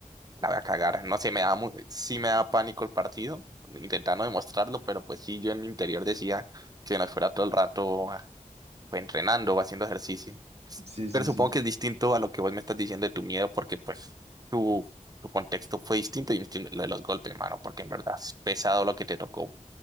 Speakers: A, on the right; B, on the right.
A: La voy a cagar. No sé, me da mu- sí me da pánico el partido, intentando demostrarlo, pero pues sí, yo en mi interior decía que no fuera todo el rato ah, pues, entrenando o haciendo ejercicio.
B: Sí, sí,
A: Pero supongo
B: sí.
A: que es distinto a lo que vos me estás diciendo de tu miedo, porque pues tu, tu contexto fue distinto y distinto lo de los golpes, mano, porque en verdad es pesado lo que te tocó